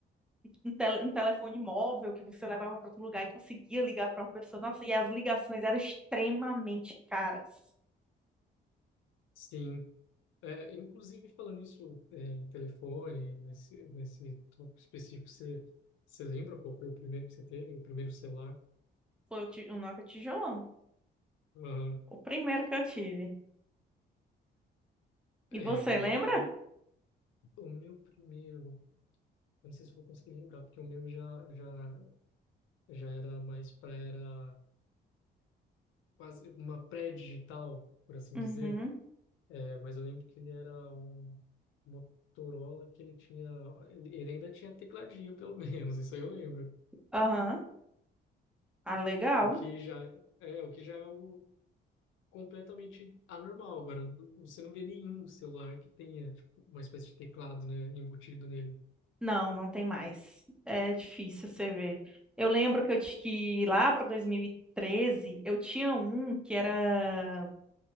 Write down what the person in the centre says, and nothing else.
um, tele, um telefone móvel que você levava para outro lugar e conseguia ligar para uma pessoa. Nossa, e as ligações eram extremamente caras.
Foi o, ti- o Nokia tijolão.
O primeiro que eu tive. E
você
lembra?
Uhum.
Aham. Ah, legal.
Não, não tem mais. É difícil você ver. Eu lembro que eu ti- que lá para 2013 eu tinha um que era